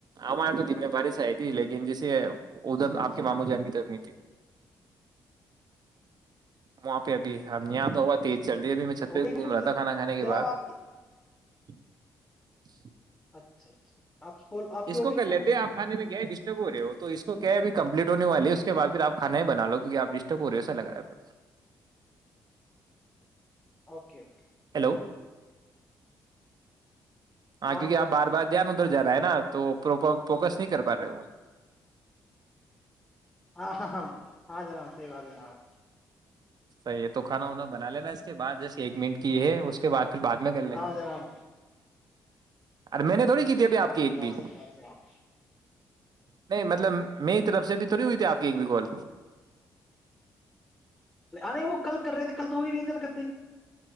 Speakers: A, on the right (about 50°); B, on the left (about 20°).
A: ہمارے تو دن میں بارش آئی تھی لیکن ان ادھر
B: اچھا اچھا
A: آپ کے ماموں جان کی طر نہیں تھی وہاں پہ ابھی ہم یہاں تو ہوا تیز چل رہی ابھی میں چھت
B: ہو
A: پہ
B: گئی پھر
A: گھوم رہا تھا کھانا کھانے کے
B: جناب
A: بعد
B: آپ کی
A: <unintelligible>
B: اچھا اچھا آپ کی کال آپ کی
A: اس
B: ہو
A: کو
B: گئی
A: کر لیتے
B: کال پوری
A: آپ کانے میں گئے ڈسٹرب ہو رہے ہو تو اس کو کیا ہےبھی کم ہونے والی ہے اس کے بعد پھر آپ کھانا ہی بنا لو کیکہ آپ ڈسٹرب پےا لگ رہا ہے
B: اوکے اوکے
A: ہیلو ہاں کیونکہ
B: جناب
A: آپ
B: ہاں
A: بار بار دھیان ادھر جا رہا ہے نا تووپر فوکس نہیں کر پا رہے وہ
B: ہاں ہاں ہاں جناب صی بات جناب
A: سر یہ تو کھانا ونا بنا لینا اس کے بعد جس ایک منٹ کی ہے اس کے بع پھر بعد میں کر لیں
B: ہاں
A: گا
B: جناب
A: ارے میں نے تھوڑی کی تھی ابھی آپ
B: ہاں
A: کی ایک
B: جناب
A: بھی
B: صح بارے میں آپ
A: نہیں مطلب میری طرف سے بھی تھوڑی ہوئی تھی آپ کی ایک بھی کال
B: ارے وہ کل کر رہے تھ کل توی نہیں سل کرتے